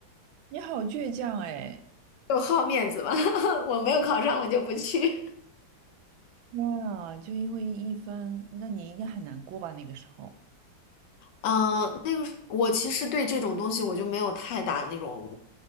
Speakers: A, on the right (about 80°); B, on the left (about 70°).
A: 你好倔强哎，
B: 就好面子吧，<laughs> 我没有考上，我就不去。
A: 天啊，就因为一分，那你应该很难过吧？那个时候。
B: 嗯、那个是我其实对这种东西我就没有太大那种，